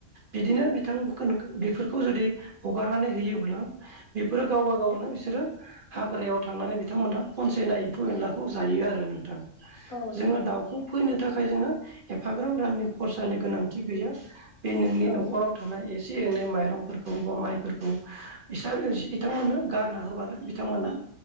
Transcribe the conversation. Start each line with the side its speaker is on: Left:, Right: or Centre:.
Right: बिदिनो बिथां बेफोरखौ जुदि हगारनानै होयोब्ला। बेफोरो गावबा
Left: औ
Right: गावनो बिसोरो हाग्रायाव थांनानै बिथांमोनहा खनसायना एम्फौ एनलाखौ जायो आरो नोंथां।
Left: औ नंगौ
Right: जोङो दाउखौ
Left: नंगौ
Right: फिनो थाखाय जोङो एफाग्राम रांनि खरसानि गोनांथि गैया। बे नोंनि
Left: औ
Right: न'खराव थानाय एसे एनै माइरंफोरखौ बा माइफोरखौ बिथांमोननो गारना होबानो बिथांमोना